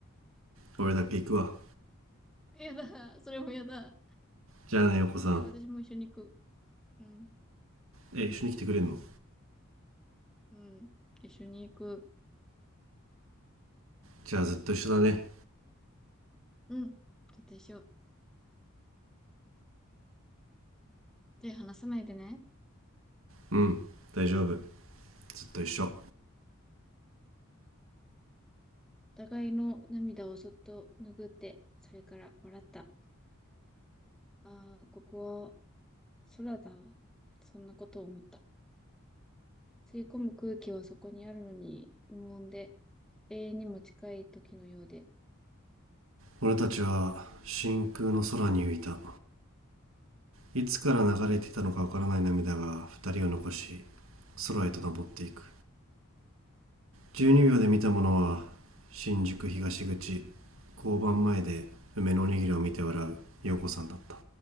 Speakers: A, on the right (about 75°); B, in the centre.
A: 俺だけ行くわ
B: やだ。それもやだ。
A: じゃあね陽子さん
B: じゃあ私も一緒に行く。うん。
A: え一緒に来てくれんの
B: うん。一緒に行く。
A: じゃあずっと一緒だね
B: うん。ちょっと一緒。手離さないでね。
A: うん大丈夫ずっと一緒
B: お互いの涙をそっと拭って、それから笑った。ああ、ここは空だ。そんなことを思った。吸い込む空気はそこにあるのに、無音で、永遠にも近い時のようで、
A: 俺たちは真空の空に浮いたいつから流れていたのかわからない涙が二人を残し空へと登っていく十二秒で見たものは新宿東口交番前で梅のおにぎりを見て笑う陽子さんだった